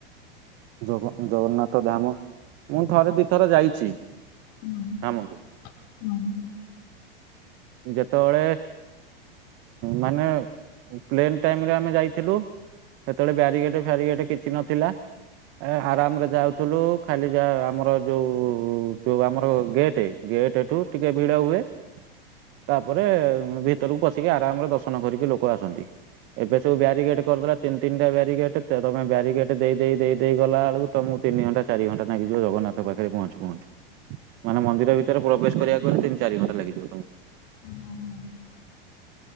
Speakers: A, on the right; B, on the left.
A: ଜଗ ଜଗନ୍ନାଥ ଧାମ ମୁଁ ଥରେ ଦିଥର ଯାଇଛି।
B: <inaudible>
A: ଧାମକୁ
B: <inaudible>
A: ଯେତବଳେ ମାନେ ପ୍ଲେନ୍ ଟାଇମରେ ଆମେ ଯାଇଥିଲୁ ସେତେବେଳେ ବ୍ୟାରିଗେଟ ଫ୍ୟାରିଗେଟ କିଛି ନଥିଲା। ଏ ଆରାମରେ ଯାଉଥିଲୁ ଖାଲି ଯାହା ଆମର ଯୋଉ ଯୋଉ ଆମର ଗେଟ୍ ଗେଟ୍ଠୁ ଟିକେ ଭିଡ଼ ହୁଏ। ତାପରେ ଉଁ, ଭିତରକୁ ପଶିକି ଆରାମରେ ଦର୍ଶନ କରିକି ଲୋକ ଆସନ୍ତି। ଏବେ ସବୁ ବ୍ୟାରିଗେଟ୍ କ କରିଦେଲା ତିନ ତିନି ଟା ବ୍ୟାରିଗେଟ, ତେରମା ବ୍ୟାରିଗେଟ ଦେଇ ଦେଇ ଦେଇ ଦେଇ ଗଲା ବେଳକୁ ତୋମକୁ ତିନି ଘଣ୍ଟା ଚାରି ଘଣ୍ଟ ନାଗିିଯିବ ଜଗନ୍ନାଥ ପାଖରେ ପହଞ୍ଚୁ ପହଞ୍ଚୁ। ମାନେ ମନ୍ଦିର ଭିତରେ ପ୍ରବେଶ କରିବାକୁ ହେଲେ ତିନ ଚାରି ଘଣ୍ଟା ଲାଗିଯିବ ତୋମକୁ।
B: <inaudible>